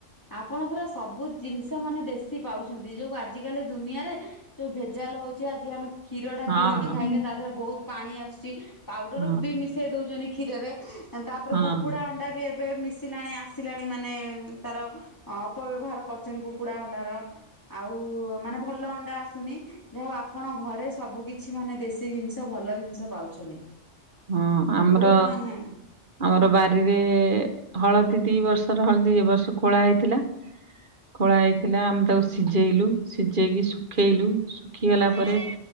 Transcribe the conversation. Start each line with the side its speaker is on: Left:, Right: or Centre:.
Left: ଆପଣ ପୁରା ସବୁ ଜିନିଷ ମାନେ ଦେଶୀ ପାଉଛନ୍ତି। ଯୋଉଁ ଆଜିକାଲି ଦୁନିଆରେ ଯୋଉଁ ଭେଜ ଜାଲ ହଉଛି। ଆଜି ଆମେ କ୍ଷୀରଟା
Right: ହଁ
Left: କିଣିକି ଖାଇଲେ ତା ଦେହରେ ବହୁତ ପାଣି ଆସୁଛି ପାଉଡର
Right: ହଁ
Left: ବି ମିଶେଇ ଦଉଛନ୍ତି କ୍ଷୀରରେ ତାପରେ
Right: ହଁ
Left: କୁକୁଡା ଅଣ୍ଡା ବି ଏବେ ମିଶିଲାଣି ଆସିଲାଣି ମାନେ ତାର ଅପବ ବ୍ୟବହାର କରୁଛନ୍ତି କୁକୁଡା ଅଣ୍ଡାର ଆଉ ମାନେ ଭଲ ଅଣ୍ଡା ଆସୁନି। ଯାହା ଆପଣ ଘରେ ସବୁ କିଛି ମାନେ ଦେଶୀ ଜିନିଷ ଭଲ ଜିନିଷ ପାଉଛନ୍ତି।
Right: ହଁ ଆମର
Left: ବହୁତ ମାନେ
Right: ଆମର ବାରିରେ ହଳଦୀ ଦିଇ ବର୍ଷର ହଳଦୀ ଏ ବର୍ଷ ଖୋଳା ହେଇଥିଲା ଖୋଳା ହେଇଥିଲା ଆମେ ତାକୁ ସିଝେଇଲୁ ସିଝେଇକି ଶୁଖେଇଲୁ। ଶୁଖିଗଲା
Left: ଆଚ୍ଛା
Right: ପରେ